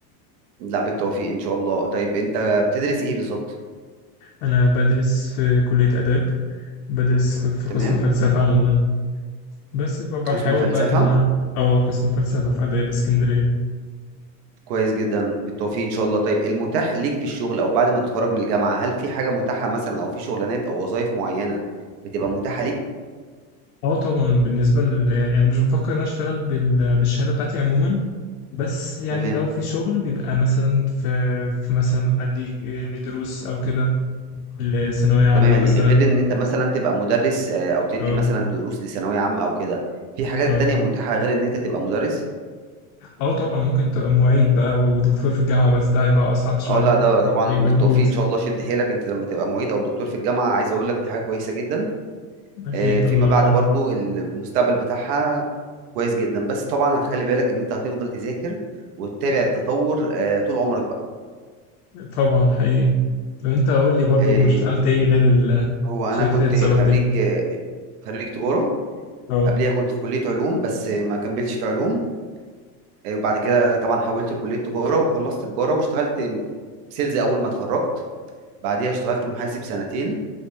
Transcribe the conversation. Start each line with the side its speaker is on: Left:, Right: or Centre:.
Right: لا بالتوفيق ان شاء الله طيب انت بتدرس ايه بالظبط
Left: انا بدرس في كلية اداب بدرس في
Right: تمام
Left: قسم فلسفة عموما بس فبحاول
Right: قسم فلسفة
Left: بقى ان انا اه قسم فلسفه في اداب اسكندريه
Right: كويس جدا بالتوفيق ان شاء الله طيب المتاح ليك في الشغل او بعد ما تتخرج من الجامعة هل في حاجة متاحة مثلا او في شغلانات او وظائف معينة بتبقى متاحة ليك
Left: اه طبعا بالنسبه ل... يعني انا مش بفكر ان انا اشتغل بال... بالشهاده بتاعتي عموما بس يعني
Right: تمام
Left: لو في شغل بيبقى مثلا في في مثلا ادي يعني دروس او كده لثانويه عامه
Right: تمام يعني
Left: مثلا
Right: غير ان انت مثلا تبقى مدرس آه، او تدي
Left: اه
Right: مثلا دروس لثانوية عامة او كده في حاجات
Left: اه
Right: تانية متاحة غير ان انت تبقى مدرس
Left: اه طبعا ممكن تبقى معيد بقى ودكتور في الجامعه بس ده هيبقى اصعب شويه
Right: اه لا ده
Left: محتاج
Right: طبعا
Left: مجهود
Right: بالتوفيق ان شاء الله شد حيلك انت لما تبقى معيد او دكتور في الجامعه عايز اقول لك دي حاجه كويسه جدا
Left: اكيد
Right: آه، فيما
Left: طبعا
Right: بعد برضو المستقبل بتاعها كويس جدا بس طبعا هتخلي بالك ان انت هتفضل تذاكر وتتابع التطور آه، طول عمرك بقى
Left: آه. طبعا حقيقي طب انت قول لي برضو
Right: آه،
Left: اشتغلت ايه غير ال-
Right: هو انا
Left: شركه
Right: كنت
Left: الاتصالات
Right: خريج
Left: دي
Right: آه، خريج تجاره
Left: اه
Right: قبليها كنت في كليه علوم بس ما كملتش في علوم آه، وبعد كده طبعا حولت لكليه تجاره وخلصت تجاره واشتغلت سيلز اول ما اتخرجت بعديها اشتغلت محاسب سنتين